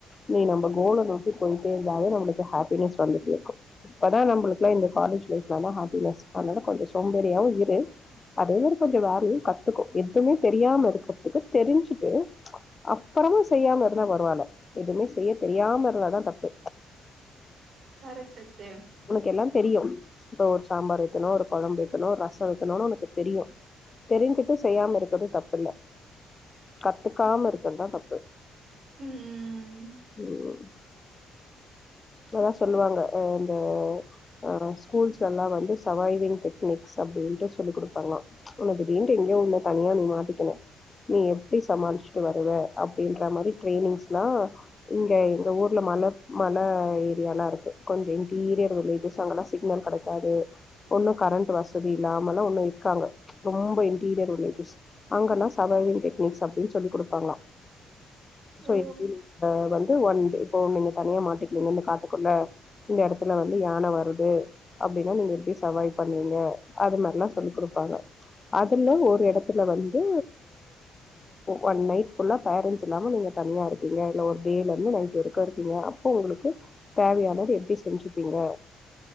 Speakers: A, on the left (about 30°); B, on the right (about 55°).
A: நீ நம்ம கோலை நோக்கி போயிட்டே இருந்தாலே நம்மளுக்கு ஹாப்பினஸ் வந்துட்டே இருக்கு இப்போ தா நம்மளுக்குலா இந்த காலேஜ் லைஃப்ல தா ஹாப்பினஸ் அதனால கொஞ்ச சோம்பேறியாகவு இரு அதே கொஞ்ச வேலையு கத்துக்கோ எதுவுமே தெரியாம இருக்கிறதுக்கு தெரிஞ்சுட்டு அப்புறமா செய்யாம இருந்தாலு பரவாயில்ல எதுவுமே செய்ய தெரியாம இருந்தாலாதா தப்பு
B: கரட் <unintelligible> சம்
A: உனக்கு எல்லா தெரியு இப்ப ஒரு சாம்பார் வைக்கணு ஒரு குழம்பு வைக்கணு ஒரு ரச வைக்கணு உனக்கு தெரியு தெரிஞ்சுட்டு செய்யாம இருக்கிறது தப்புல்ல கத்துக்காம இருக்குறதுதா தப்பு
B: ம்
A: உம் அதல்லா சொல்லுவாங்க இந்த ஆஹ ஸ்கூல்ஸ்ல எல்லா வந்து சவைவிங் டெக்னிக்ஸ் அப்புடின்ட்டு சொல்லிக் கொடுப்பாங்களா உன திடீனுட்டு எங்கேயு உ தனியா நீ மாட்டிக்கினு நீ எப்பிடி சமாளிச்சுட்டு வருவ அப்புடின்ற மாரி ட்ரெயனிங்ஸ்லா இங்க எங்க ஊர்ல மழ மழ ஏரியாலாம இருக்கு கொஞ்ச இன்டீரியர் வில்லேஜஸ் அங்கல்லா சிக்னல் கெடக்காது ஒன்னு கரண்ட் வசதி இல்லாமல்லா ஒன்னு இருக்காங்க ரொம்ப இன்டீரியர் வில்லேஜஸ் அங்கல்லா சவிங் டெக்னிக்ஸ் அப்பிடினு சொல்லி் கொடுப்பாங்களா சோ
B: ஓ
A: எப்ப வந்து ஒன் டே இப்போ நீங்க தனியா மாட்டிக்கீங்க இந்த காட்டுக்குள்ள இந்த இடத்துல வந்து யானை வருது அப்படின்னா நீங்க எப்படி சர்வைவ் பண்ணுவீங்க அது மாதிரில்லாம் சொல்லிக் கொடுப்பாங்க அதுல ஒரு இடத்துல வந்து ஒன் நை் பேரன்ஸ் இல்லாம நீங்க தனியா இருக்கீங்க இல்ல ஒரு டேல இருந்து நைட் வரைக்கும் இருக்கீங்க அப்போ உங்களுக்கு தேவையானது எப்படி செஞ்சுப்பீங்க